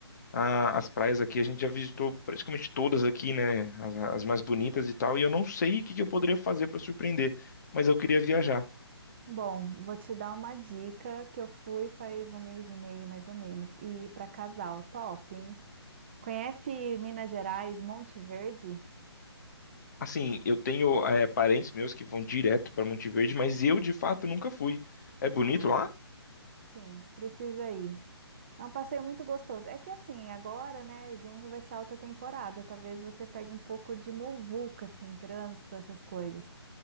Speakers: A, on the left; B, on the right.
A: a- as praias aqui a gente já visitou praticamente todas aqui, né? As, as mais bonitas e tal, e eu não sei o que que eu poderia fazer pra surpreender, mas eu queria viajar.
B: Bom, vou te dar uma dica que eu fui faz um mês e meio, mais ou menos. E para casal, top, hein? Conhece Minas Gerais, Monte Verde?
A: Assim, eu tenho é, parentes meus que vão direto para Monte Verde, mas eu de fato nunca fui. É bonito
B: Ah,
A: lá?
B: sim, precisa ir. É um passeio muito gostoso. É que assim, agora, né, junho vai ser alta temporada. Talvez você pegue um pouco de muvuca, assim, trânsito, essas coisas.